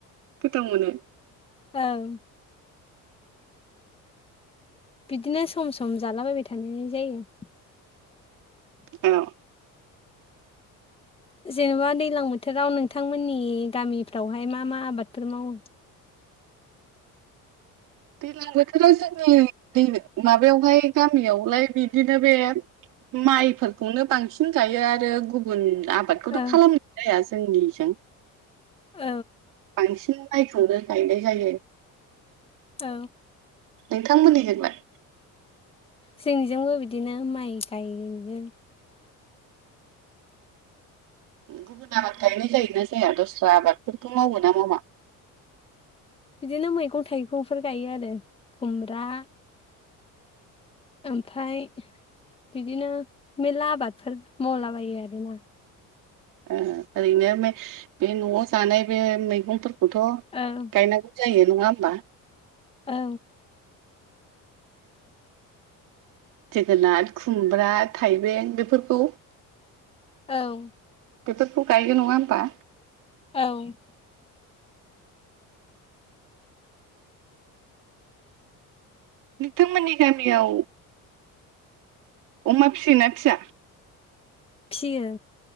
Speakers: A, on the right; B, on the left.
A: गोथाव मोनो
B: औ बिदिनो सम सम जालाबायबाय थानाय जायो।
A: औ
B: जेनेबा दैज्लां बोथोराव नोंथांमोननि गामिफ्रावहाय मा मा आबादफोर मावो।
A: दैलां बोथोराव जोंनि दै माबायावहाय गामियावलाय बिदिनो बे माइफोरखौनो बांसिन गायो आरो गुबुन आबादखौथ'
B: ओं
A: खालामनाय जाया जोंनिजों
B: औ
A: बांसिन मायखौनो गायनाय जायो।
B: औ
A: नोंथांमोननि जोंलाय
B: जोंनिजोंबो बिदिनो माइ गायनो
A: गुबुन आबाद गायनाय जायोना जाया दस्रा आबादफोरखौ मावो ना मावा?
B: बिदिनो मैगं-थाइगंफोर गायो आरो खुमब्रा, ओमफाय बिदिनो मेरला आबादफोर मावलाबायो आरोना
A: ओ ओरैनो बे न'आव जानाय बे मैगंफोरखौथ'
B: औ
A: गायनांगौ जायो नोंङा होमबा?
B: औ
A: जोगोनाद, खुमब्रा, थाइबें बेफोरखौ
B: औ।
A: बेफोरखौ गायगोन नङा होमबा।
B: औ।
A: नोंथांमोननि गामियाव अमा फियोना फिया?
B: फियो।